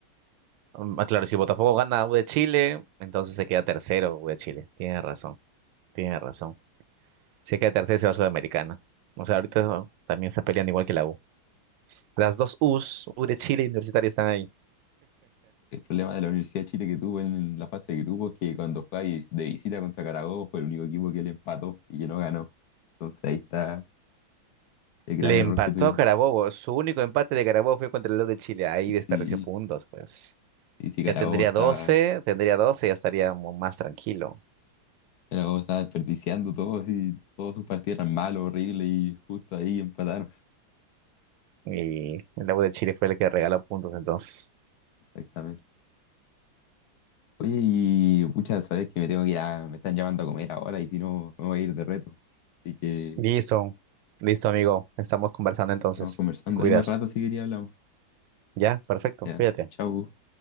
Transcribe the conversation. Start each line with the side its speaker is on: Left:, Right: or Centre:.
Right: Mm, ah, Claro, si Botafogo gana a U de Chile, entonces se queda tercero U de Chile. Tienes razón, tienes razón. Si queda tercero se va a Sudamericana. O sea, ahorita también está peleando igual que la U. Las dos U's, U de Chile y Universitario están ahí.
Left: El problema de la Universidad de Chile que tuvo en la fase de grupos es que cuando fue ahí de visita contra Carabobo fue el único equipo que le empató y que no ganó. Entonces ahí está el gran
Right: Le
Left: error
Right: empató
Left: que tuvieron.
Right: a Carabobo. Su único empate de Carabobo fue contra el Lod de Chile. Ahí
Left: Sí,
Right: desperdició puntos, pues.
Left: y si Carabobo
Right: Ya tendría
Left: estaba,
Right: 12, tendría 12, ya estaría mu- más tranquilo.
Left: Carabobo estaba desperdiciando todos y todos sus partidos eran malos, horribles y justo ahí empataron.
Right: Y el Lobo de Chile fue el que regaló puntos, entonces.
Left: Exactamente. Oye, y muchas sabes que me tengo que ir a- me están llamando a comer ahora y si no me voy a ir de reto. Así que
Right: Listo, listo, amigo. Estamos conversando entonces.
Left: estamos conversando.
Right: Te cuidas.
Left: Ahí más rato si quería hablamos.
Right: Ya, perfecto.
Left: Ya,
Right: Cuídate.
Left: chau.